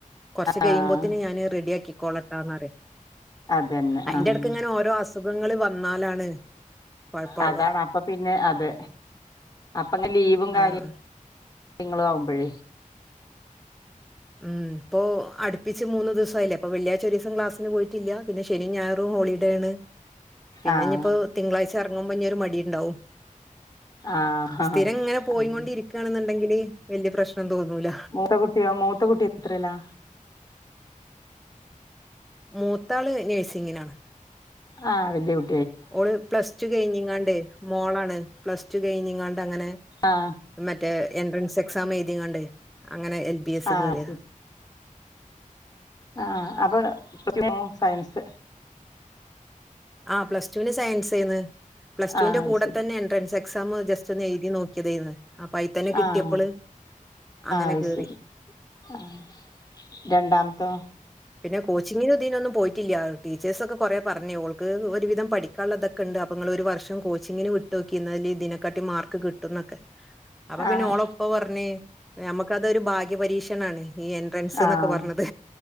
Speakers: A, in the centre; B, on the left (about 25°).
A: കൊർച്ച് കഴിയുമ്പോത്ത്ന്
B: ആഹ്
A: ഞാന് റെഡിയാക്കി കോളാത്താന്നാറേ
B: അതന്നെ
A: അയ്ന്റെ
B: ആഹ്
A: ട്ക്ക് ഇങ്ങനെ ഓരോ അസുഖങ്ങള് വന്നാലാണ് കൊഴപ്പാവ
B: അതാണ് അപ്പൊ പിന്നെ അത് അപ്പ ങ്ങെ ലീവും കാര്യ
A: ആഹ്
B: നിങ്ങളു ആവുമ്പഴേ
A: ഉം ഇപ്പോ അട്പ്പിച്ച് മൂന്ന് ദിവസല്ലേ അപ്പ വെള്ളിയാഴ്ച ഒരീസം ക്ലാസിന് പോയിട്ടില്ല പിന്നെ ശനി ഞായറും ഹോളിഡേ ആണ് പിന്നെ
B: ആഹ്
A: നിപ്പോ തിങ്കളാഴ്ച എറങ്ങുമ്പോ ഇനിയൊരു മടിണ്ടാവും
B: ആഹ്
A: സ്ഥിരം ങ്ങനെ പോയികൊണ്ടിരിക്കാണെന്നുണ്ടെങ്കില്
B: അതന്നെ.
A: വല്ല്യ പ്രശ്നം തോന്നൂല
B: മൂത്ത കുട്ടിയോ മൂത്തക്കുട്ടി എത്രേലാ?
A: മൂത്താള് നഴ്സിങ്ങിനാണ്
B: ആഹ് വല്ല്യ കു
A: ഓള് പ്ലസ് ടു കഴഞ്ഞിങ്ങാണ്ട് മോളാണ് പ്ലസ് ടു കഴഞ്ഞിങ്ങാണ്ട് അങ്ങനെ
B: ആഹ്
A: മറ്റേ എൻട്രൻസ് എക്സാം എഴുതികാണ്ട് അങ്ങനെ എൽ ബി എസ്
B: ആഹ്
A: കേറിയതാ
B: ശരി ആഹ് അപ്പൊ <unintelligible> സയൻസ്
A: ആഹ് പ്ലസ് റ്റുവിന് സയൻസെയ്ന്ന് പ്ലസ് ടുവിന്റെ
B: ആഹ് അത്
A: കൂടെ
B: ശരി
A: തന്നെ എൻഡ്രൻസ് എ എക്സാമ് ജസ്റ്റ് ഒന്ന് എഴ്തി നോക്കിയ തയ്ന്ന് അപ്പൊ അയി തന്നെ കിട്ടിയപ്പള്
B: ആഹ്
A: അങ്ങനെ
B: അത്
A: കേറി
B: ശരി ആഹ് രണ്ടാമത്തോ
A: പിന്നെ കോച്ചിങ്ങിന് ദീനൊന്നും പോയിട്ടില്ല ടീച്ചേഴ്സൊക്കെ കൊറേ പറഞ്ഞു അവക്ക് ഒരുവിധം പഠിക്ക ക്കാളതൊക്കെ ഉണ്ട് അപ്പൊ നിങ്ങള് ഒരു വർഷം കോച്ചിങ്ങിന് വിട്ടോക്കി ന്നാല് തിനെക്കാട്ടി മാർക്ക് കിട്ടുംന്നൊക്കെ അപ്പൊ പിന്നെ
B: ആഹ്
A: ഓള ഉപ്പ പറഞ്ഞ് ഞ മ്മക്കതൊരു ഭാഗ്യപരീക്ഷണാണ്. ഈ എൻട്രൻസ്
B: ആഹ്
A: ന്നൊക്കെ പറഞ്ഞത്